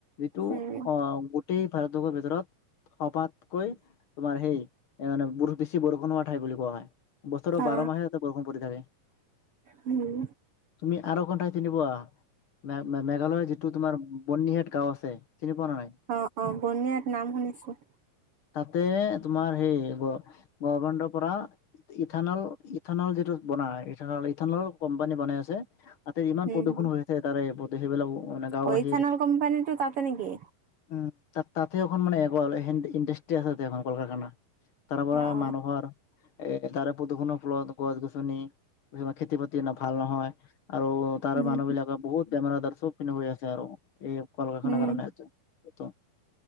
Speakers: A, on the left; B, on the right.
A: যিটো
B: উম
A: অহ গোটেই ভাৰতবৰ্ষৰ ভিতৰত সবাতকৈ তোমাৰ সেই এ মানে ব বেছি বৰষুণ হোৱা ঠাই বুলি কোৱা হয়। বাৰমাহে
B: অ
A: ইয়াতে বৰষুণ পৰি থাকে।
B: উম
A: তুমি আৰঘণ্টাই চিনি পোৱা মে মে মেঘালয়ৰ যিটো তোমাৰ বৰ্নিহাট গাঁও আছে। চিনি পোৱা নে নাই
B: অ অ বৰ্নিহাট নাম শুনিছো।
A: তাতে তোমাৰ সেই গ গভমেণ্টৰ পৰা ইথানল ইথানল যিটো বনাই ইথানল ইথানল কোম্পানী বনাই আছে তাতে ইমান
B: উম
A: প্ৰদূষণ
B: হম
A: হৈ আছে তাৰে প্ৰতেষিবিলাকো মানে গাঁওবাসীৰ
B: অ ইথানল কোম্পানীটো তাতে নেকি
A: উম তাত তাতে এখন মানে এগল এহ ইণ্ডাষ্ট্ৰি আছে এখন কল কাৰখানা। তাৰ পৰা
B: অ
A: মানুহৰ এ তাৰে প্ৰদূষণক ফলত গছ গছনি তেনেকোৱা খেতি বাতি ভাল নহয় আৰু তাৰে
B: উম
A: মানুহ বিলাকৰ বহুত বেমাৰ আজাৰ চবপিনে হৈ আছে আৰু এই কল কাৰখানাৰ
B: উম
A: কাৰণে হৈছে। তাকেতো